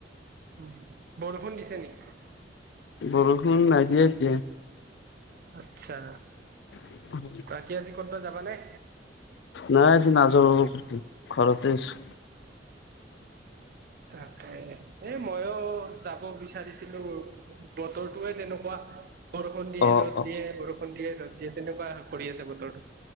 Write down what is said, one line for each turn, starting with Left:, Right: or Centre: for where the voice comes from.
Right: উম, বৰষুণ দিছে নেকি?
Left: বৰষুণ নাই দিয়া এতিয়া।
Right: আচ্ছা।
Left: <unintelligible>
Right: বাকী আজি ক'ৰবাত যাবানে?
Left: নাই আজি নাযাওঁ ৰবা কতো ঘৰতে আছোঁ।
Right: তাকে এই মইয়ো যাব বিচাৰিছিলোঁ। বতৰটোয়ে যেনেকুৱা। বৰষুণ দিয়ে
Left: অ
Right: ৰ'দ
Left: অ
Right: দিয়ে, বৰষুণ দিয়ে ৰ'দ দিয়ে, সেনেকুৱা কৰি আছে বতৰটো।